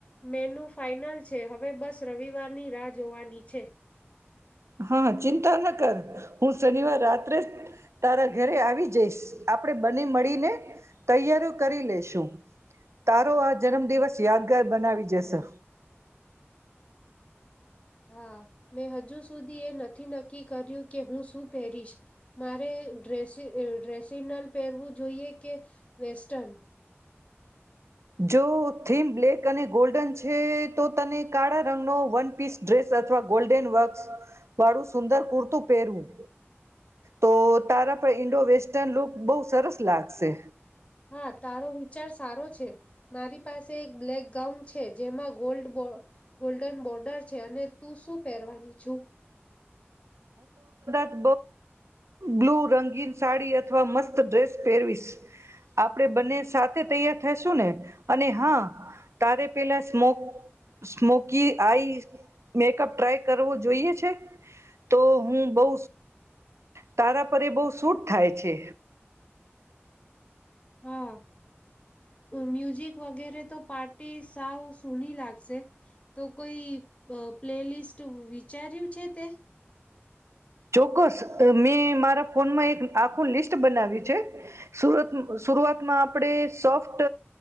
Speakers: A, on the left; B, on the right.
A: મેનુ ફાઈનલ છે હવે બસ રવિવારની રાહ જોવાની છે.
B: હા ચિંતા ન કર હું શનિવાર રાત્રે તારા ઘરે આવી જઈશ આપણેે બને મળીને તૈયારીઓ કરી લેશુ તારો આ જન્મદિવસ યાદગાર બનાવી જશે.
A: હા મેં હજુ સુધી એ નથી નક્કી કર્યું કે હું શું પહેરીશ મારે ડ્રેસ ડ્રેસિનલ પહેરવું જોઈએ કે વેસ્ટર્ન
B: જો થીમ બ્લેક અને ગોલ્ડન છે તો તને કાળા રંગનો વન પીસ ડ્રેસ અથવા ગોલ્ડન વક્સ વાળું સુંદર કુર્તું પહેરવું તો તારા પર ઈન્ડો વેસ્ટર્ન લુક બઉ સરસ લાગશે.
A: હા તારો વિચાર સારો છે મારી પાસે એક બ્લેક ગાઉન છે જેમાં ગોલ્ડ ગોલ્ડન બોર્ડર છે અને તું શું પહેરવાની છુ.
B: બહ બ્લુ રંગીન સાડી અથવા મસ્ત ડ્રેસ પહેરવીશ આપણેે બંને સાથે તૈયાર થઈશું ને અને હા તારે પેલા smoke smoky eye makeup try કરવો જોઈએ છે તો હું બઉ તારા પર બઉ સૂટ થાય છે.
A: હા. મ્યુઝિક વગેરે તો પાર્ટી સાવ સૂની લાગશે તો કોઈ પ્લેલિસ્ટ વિચાર્યું છે તે
B: ચોક્કસ મેં મારા ફોનમાં એક આખું લિસ્ટ બનાવ્યું છે સુરત સુરઆતમાં આપણે સોફ્ટ